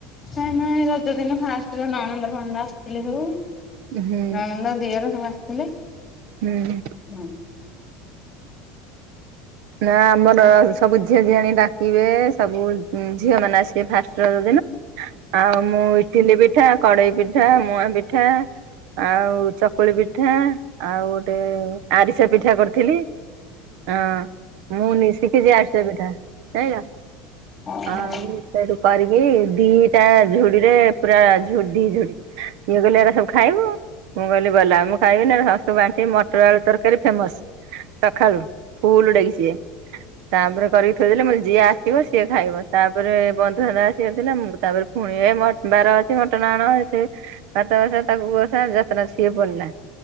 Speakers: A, on the left; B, on the right.
A: ନାଇଁ ନାଇଁ ରଜ ଦିନ ଫାଷ୍ଟ ରେ ନଣନ୍ଦ ଫଣନ୍ଦ ଆସିଥିଲେ ସବୁ ନଣନ୍ଦ,
B: ହୁଁ
A: ଦିଅର ସବୁ ଆସିଥିଲେ।
B: ହୁଁ।
A: ହୁଁ।
B: ନା ଆମର ସବୁ ଝିଅ ଝିଆଣି ଡାକିବେ ସବୁ ଝିଅ ମାନେ ଆସିବେ ଫାଷ୍ଟ ରଜ ଦିନ ଆଉ ମୁଁ ଇଟିଲି ବି ପିଠା କଡେଇପିଠା, ମୁଆଁପିଠା ଆଉ ଚକୁଳି ପିଠା ଆଉ ଗୋଟେ ଆରିସା ପିଠା କରିଥିଲି। ହଁ ମୁଁ ନିଶିଖିଛି ଆରିସା ପିଠା ଯାଇଁଲ
A: ଓହୋ
B: ଆଉ ସେଇଠୁ କରିକି ଦିଟା ଝୁଡିରେ ପୁରା ଝୁଡି ଝୁଡି ଇଏ କହିଲେ ଏଗୁରା ସବୁ ଖାଇବୁ ମୁଁ କହିଲି ଗଲା ମୁଁ ଖାଇବି ନହେଲେ ସମସ୍ତଙ୍କୁ ବାଣ୍ଟିବି ମଟର ଆଳୁ ତରକାରୀ ଫେମସ। ସକାଳୁ ଫୁଲଡାକି ସିଏ। ତାପରେ କରିକି ଥୋଇଦେଲି ମୁଁ କହିଲି ଯିଏ ଆସିବ ସିଏ ଖାଇବ ତାପରେ ବନ୍ଧୁବାନ୍ଧବ ଆସିବାରଥିଲା ମୁଁ ତାପରେ ପୁଣି ଏ ବାର ଅଛି ମଟନ୍ ଆଣ ଇଏ ସିଏ ସାତ ମାସ ତାକୁ ବସା ଯତ୍ନ ସିଏ ପଡିଲା।